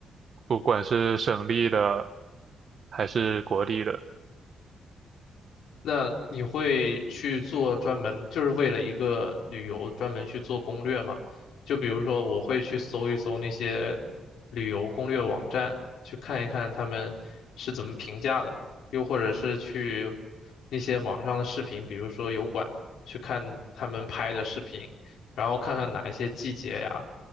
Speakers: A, on the right; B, on the left.
A: 不管是省立的还是国立的。
B: 那你会去做专门，就是为了一个旅游专门去做攻略吗？就比如说，我会去搜一搜那些旅游攻略网站，去看一看他们是怎么评价的，又或者是去那些网上的视频，比如说油管，去看他们拍的视频，然后看看哪一些季节呀，